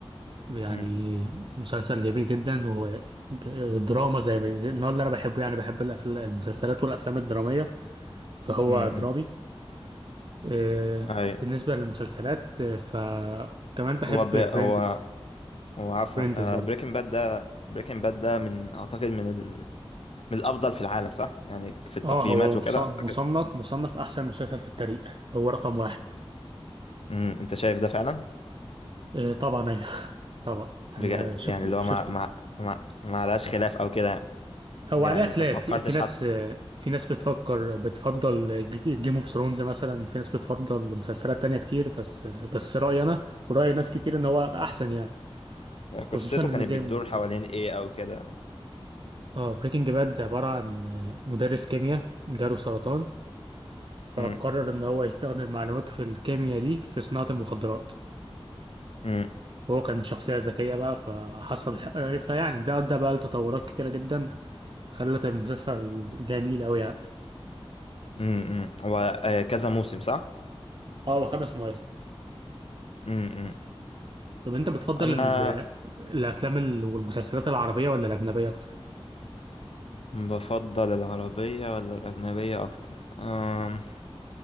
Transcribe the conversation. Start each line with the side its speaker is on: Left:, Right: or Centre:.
Right: يعني
Left: امم
Right: مسلسل جميل جدا ودراما زي ما- زي النوع اللي انا بحبه يعني بحب الأفل... المسلسلات والافلام الدراميه فهو
Left: امم
Right: درامي إيه،
Left: اي
Right: بالنسبه للمسلسلات آه، فكمان بحب
Left: هو ب... هو
Right: فريندز
Left: هو عفوا
Right: فريندز
Left: آه
Right: برضو
Left: بريكنج باد ده بريكنج باد ده من اعتقد من ال... من الافضل في العالم صح يعني في التقييمات
Right: اه هو مص-
Left: وكده
Right: مصنف
Left: اعتقد
Right: مصنف احسن مسلسل في التاريخ هو رقم واحد
Left: امم انت شايف ده فعلا
Right: آه طبعا ايوه <laughs> طبعا يعني
Left: بجد
Right: ما شفت
Left: يعني اللي هو
Right: شفت
Left: ما ما ما ما عليهاش خلاف او كده
Right: هو
Left: يعني
Right: عليه خلاف
Left: انت ما فكرتش
Right: في, في ناس
Left: حتى
Right: آه، في ناس بتفكر بتفضل جيم اوف ثرونز مثلا في ناس بتفضل مسلسلات تانية كتير بس بس رأيي انا ورأي ناس كتير ان هو احسن يعني
Left: يعني
Right: خصوصا
Left: قصته
Right: ان
Left: كانت
Right: جيم
Left: بتدور حوالين ايه او كده
Right: اه بريكنج باد عبارة عن آه، مدرس كيمياء جاله سرطان فقرر
Left: امم
Right: ان هو يستخدم معلوماته في الكيمياء دي في صناعة المخدرات
Left: امم
Right: هو كان شخصية ذكية بقى فحصل فيعني ده أدى بقى لتطورات كتيرة جدا خلت المسلسل جميل أوي يعني
Left: امم هو آه، كذا موسم صح
Right: اه وخمس مواسم
Left: امم
Right: طب أنت بتفضل
Left: انا
Right: ال- الأفلام ال- والمسلسلات العربية ولا الأجنبية أكتر؟
Left: بفضل العربية ولا الأجنبية أكتر أم،